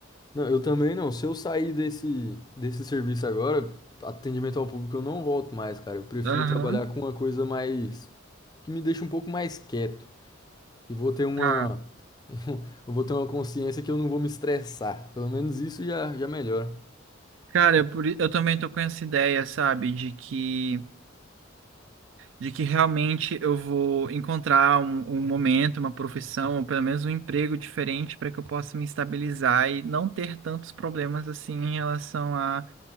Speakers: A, on the left; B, on the right.
A: Não, eu também não. Se eu sair desse, desse serviço agora, atendimento ao público, eu não volto mais, cara. Eu prefiro
B: Aham.
A: trabalhar com uma coisa mais, que me deixa um pouco mais quieto. E vou ter uma,
B: Tá.
A: <laughs> eu vou ter uma consciência que eu não vou me estressar. Pelo menos isso já, já melhora.
B: Cara, eu, por i- eu também tô com essa ideia, sabe, de que. de que realmente eu vou encontrar um, um momento, uma profissão, ou pelo menos um emprego diferente para que eu possa me estabilizar e não ter tantos problemas assim em relação a,